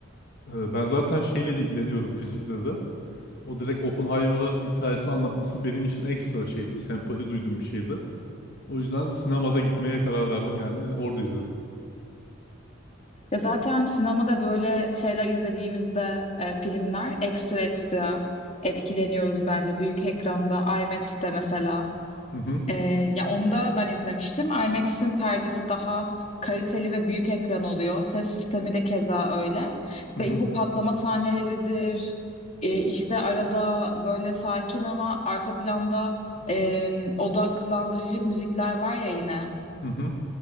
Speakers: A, on the left (about 55°); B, on the left (about 35°).
A: Ee, ben zaten şeyle de ilgileniyorum fizikle de. O direkt Oppenheimer'ın hikayesini anlatması benim için ekstra şeydi. Sempati duyduğum bir şeydi. O yüzden sinemada gitmeye karar verdim yani. Orada izledim.
B: Ya zaten sinemada böyle şeyler izlediğimizde e, filmler ekstra ekstra etkileniyoruz bence büyük ekranda IMAX'te mesela.
A: Hı hı.
B: Ee, ya onu da ben izlemiştim. IMAX'in perdesi daha kaliteli ve büyük ekran oluyor. Ses sistemi de keza öyle.
A: Hı hı.
B: Ve bu patlama sahneleridir. Ee, işte arada böyle sakin ama arka planda e, odaklandırıcı müzikler var ya yine.
A: Hı hı.